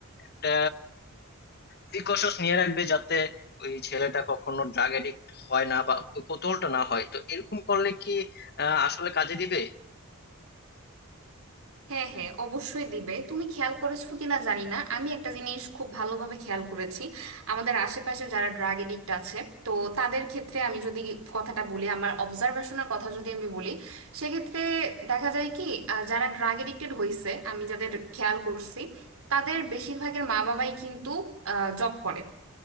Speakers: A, on the left; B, on the right.
A: একটা প্রিকশনস নিয়ে রাখবে যাতে ওই ছেলেটা কখনো ড্রাগ এডিক্ট হয় না বা কৌতূহলটা না হয় তো এরকম করলে কি আহ, আসলে কাজে দিবে
B: হ্যাঁ হ্যাঁ অবশ্যই দিবে তুমি খেয়াল করেছো কিনা জানি না আমি একটা জিনিস খুব ভালোভাবে খেয়াল করেছি আমাদের আশেপাশে যারা ড্রাগ এডিক্ট আছে তো তাদের ক্ষেত্রে আমি যদি কথাটা বলি আমার অবজারভেশনের কথা যদি আমি বলি সেক্ষেত্রে দেখা যায় কি আহ, যারা ড্রাগ এডিক্টেড হয়েছে আমি যাদের খেয়াল করছি তাদের বেশিরভাগের মা বাবাই কিন্তু জব করে